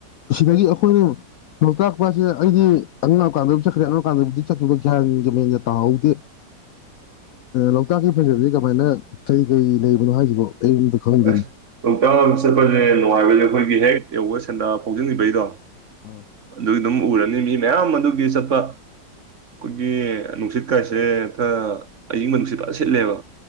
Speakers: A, on the left (about 85°); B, on the right (about 45°).
A: ꯁꯤꯗꯒꯤ ꯑꯩꯈꯣꯏꯅ ꯂꯣꯛꯇꯥꯛ ꯄꯁꯦ ꯑꯩꯗꯤ ꯑꯉꯛꯀꯥꯟꯗ ꯆꯠꯈ꯭ꯔꯦ ꯑꯉꯛꯀꯥꯟꯗꯕꯨꯗꯤ ꯆꯠꯈꯤꯕꯗꯣ ꯒ꯭ꯌꯥꯟꯁꯖ ꯃꯦꯟꯁꯦ ꯇꯥꯍꯧꯗꯦ ꯂꯣꯛꯇꯥꯛꯀꯤ ꯐꯖꯕꯁ ꯀꯃꯥꯏꯅ ꯀꯔꯤ ꯀꯔꯤ ꯂꯩꯕꯅꯣ ꯍꯥꯏꯁꯤꯕꯣ ꯑꯩ ꯈꯪꯗꯦꯅꯦ
B: ꯑꯁ ꯇꯧꯇꯥꯛ ꯆꯠꯄꯁꯦ ꯅꯨꯡꯉꯥꯏꯕꯁꯦ ꯑꯩꯈꯣꯏꯒꯤ ꯍꯦꯛ ꯌꯧꯒ ꯁꯦꯟꯗ ꯐꯥꯎꯖꯤꯟꯈꯤꯕꯩꯗꯣ
A: ꯑꯥ
B: ꯑꯗꯨ ꯑꯗꯨꯝ ꯎꯔꯅꯤ ꯃꯤ ꯃꯌꯥꯝ ꯑꯗꯨꯒꯤ ꯆꯠꯄ ꯑꯩꯈꯣꯏꯒꯤ ꯅꯨꯡꯁꯤꯠ ꯀꯥꯏꯁꯦ ꯈꯔ ꯑꯏꯤꯡꯕ ꯅꯨꯡꯁꯤꯠ ꯂꯣꯏꯖ ꯁꯤꯜꯂꯦꯕ